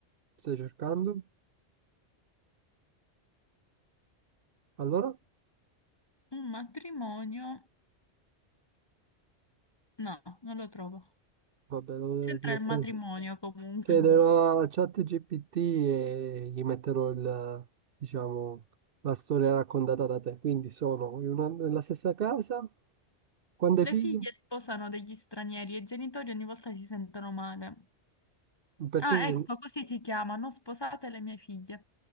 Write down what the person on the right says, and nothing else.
Stai cercando? Allora?
Vabbè, lo
devo mettere.
Chiederò
a ChatGPT e gli metterò il, diciamo, la storia raccontata da te. Quindi sono in una- nella stessa casa, quante
figlie?
Perché
siete-